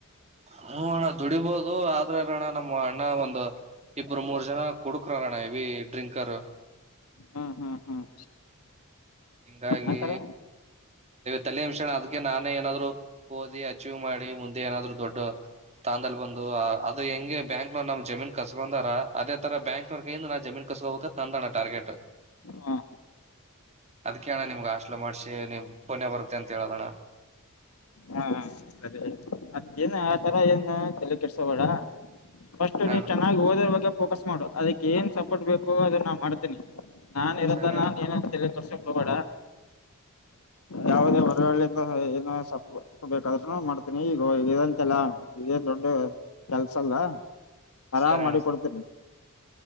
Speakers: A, on the right (about 30°); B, on the left (about 85°).
A: ಹ್ಮ್ ಅಣ್ಣ ದುಡಿಬೋದು ಆದ್ರೆ ಅಲ್ಲಣ್ಣ ನಮ್ಮ ಅಣ್ಣ ಒಂದು ಇಬ್ರು ಮೂರ್ ಜನ ಕುಡುಕರಲ್ಲಣ್ಣ ಹೆವಿ ಡ್ರಿಂಕರ್
B: ಹ್ಮ ಹ್ಮ್ ಹ್ಮ್
A: ಹಿಂಗಾಗಿ
B: ಆತರ
A: ತಲೆ ಬಿಸಿಣ್ಣ ಅದಕ್ಕೆ ನಾನೇ ಏನಾದ್ರು ಓದಿ ಅಚೀವ್ ಮಾಡಿ ಮುಂದೆ ಏನಾದ್ರು ದೊಡ್ಡ ಸ್ಥಾನದಲ್ಲಿ ಬಂದು ಅದು ಹೆಂಗೆ ಬ್ಯಾಂಕ್ನೋರ್ ನಮ್ ಜಮೀನ್ ಕಸ್ಕೊಂಡಾರ ಅದೇ ತರ ಬ್ಯಾಂಕ್ನೋರ್ ಕೈಿಂದ ನಾಮ್ ಜಮೀನ್ ತಂದ ಅಣ್ಣ ಟಾರ್ಗಟ್
B: ಹಾ
A: ಅದಕ್ಕೆಣ್ಣ ನಿಮ್ಗೆ ಆಶಲ ಮಾಡ್ಸಿ ಪುಣ್ಯ ಬರುತ್ತೆ ಅಂತ ಹೇಳದಣ್ಣ
B: ಹಾ ಸರಿ ಅದ್ಕ್ಕೇನ್ ಆತರ ಏನು ತಲೆ ಕೆಡ್ಸೋಬೇಡ ಫಸ್ಟ್
A: ಹಾ
B: ನೀ
A: ಅಣ್ಣ
B: ಚೆನ್ನಾಗಿ ಓದ್ರ ಬಗ್ಗೆ ಫೋಕಸ್ ಮಾಡು ಅದಕ್ಕೆ ಏನ್ ಸಪೋರ್ಟ್ ಬೇಕು ಅದ ನಾ ಮಾಡ್ತೇನಿ ನಾನ್ ಇರುದ
A: ಸರಿ ಅಣ್ಣ
B: ನಾನ್ ಏನ ೋ ಯಾವುದೇ ಹೊರಳ್ಳಿಂದ ಏನ ಬೇಕಾದ್ರರುನು ಮಾಡ್ತೇನಿ ಈಗಂತೆಲ್ಲಾ ಇದೇ ದೊಡ್ಡ ಕೆಲ್ಸ ಅಲ್ ಆರಾಮ್
A: ಸರಿ ಅಣ್ಣ
B: ಮಾಡಿ ಕೊಡ್ತೇನಿ